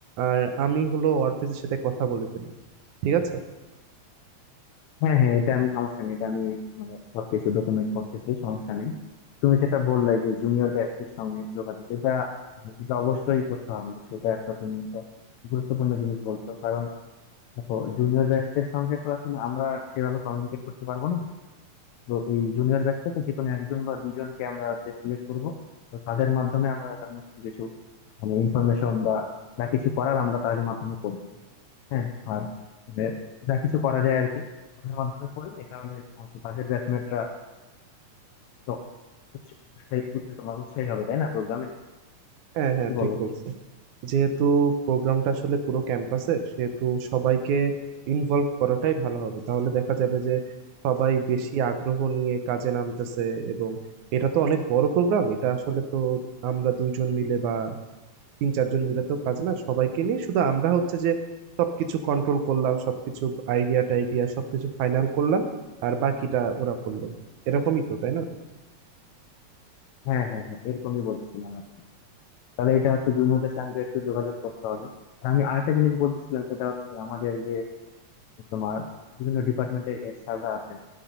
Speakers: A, on the right; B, on the left.
A: আর আমি হলো অর্ফেজের সাথে কথা বলে ফেলি ঠিক আছে
B: হ্যাঁ হ্যাঁ এটা আমি সমস্যা নেই এটা আমি মানে সবকিছু ডকুমেন্ট করতেছি সমস্যা নেই তুমি সেটা বললে যে জুনিয়র ব্যাচদের সঙ্গে যোগাযোগ এটা এটা অবশ্যই করতে হবে সেটা একটা তুমি একটা গুরুত্বপূর্ণ জিনিস বলছো কারণ দেখো জুনিয়র ব্যাচদের সঙ্গে তো আসলে আমরা সেভাবে কমিউনিকেট করতে পারবো না তো এই জুনিয়র ব্যাচ থেকে যে কোনো একজন বা দুইজনকে আমরা হচ্ছে সিলেক্ট করবো তো তাদের মাধ্যমে আমরা সমস্ত কিছু মানে ইনফরমেশন বা যা কিছু করার আমরা তাদের মাধ্যমে করবো হ্যাঁ আর মানে যা কিছু করা যায় আর কি ওদের মাধ্যমে করলে তাহলে হচ্ছে তাদের ব্যাচমেটরা তো উৎস- উৎসাহী উৎসাহী তোমার উৎসাহী হবে তাই না প্রোগ্রামে
A: হ্যাঁ হ্যাঁ
B: কি বলো
A: ঠিক বলছো যেহেতু প্রোগ্রামটা আসলে পুরো ক্যাম্পাসের সেহেতু সবাইকে ইনভলভ করাটাই ভালো হবে তাহলে দেখা যাবে যে সবাই বেশি আগ্রহ নিয়ে কাজে নামতেছে এবং এটা তো অনেক বড় প্রোগ্রাম এটা আসলে তো আমরা দুইজন মিলে বা তিন চারজন মিলে তো কাজ না সবাইকে নিয়ে শুধু আমরা হচ্ছে যে সবকিছু কন্ট্রোল করলাম সবকিছু আইডিয়া টাইডিয়া সবকিছু ফাইনাল করলাম আর বাকিটা ওরা করলো এরকমই তো তাই না
B: হ্যাঁ হ্যাঁ হ্যাঁ এরকমই বলতেছিলাম আর কি। তাহলে এটা হচ্ছে জুনিয়রদের সঙ্গে একটু যোগাযোগ করতে হবে আর আমি আরেকটা জিনিস বলতেছিলাম সেটা হচ্ছে আমাদের যে তোমার বিভিন্ন ডিপার্টমেন্টের হেড স্যাররা আছেন